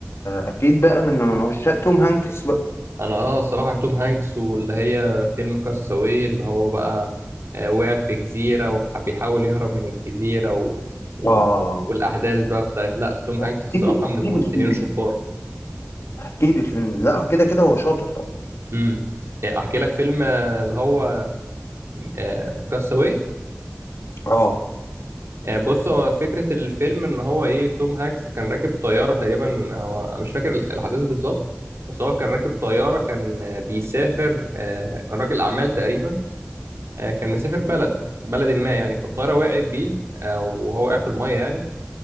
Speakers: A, on the left; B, on the right.
A: اكيد بقى من عشاق توم هانكس بقى
B: انا اه الصراحة توم هانكس واللي هي فيلم كاستاوي اللي هو بقى آه، وقع في جزيرة وبيحاول يهرب من الجزيرة و... و...
A: اه
B: والاحداث بقى بتاعت لا توم هانكس
A: احكي
B: الصراحة
A: لي احكي
B: من الممثلين
A: لي الفيلم
B: الشطار
A: ده احكي لي الفيلم ده لا كده كده هو شاطر طبعا
B: امم احكي لك فيلم آه، اللي هو آه، كاستاوي
A: اه
B: يعني بص هو فكرة الفيلم إن هو إيه توم هانكس كان راكب طيارة تقريبا هو مش فاكر الأحداث بالظبط بس هو كان راكب طيارة كان آه، بيسافر آه، كان راجل أعمال تقريبا آه، كان مسافر بلد بلد ما يعني فالطيارة وقعت بيه آه، وهو وقع في المية يعني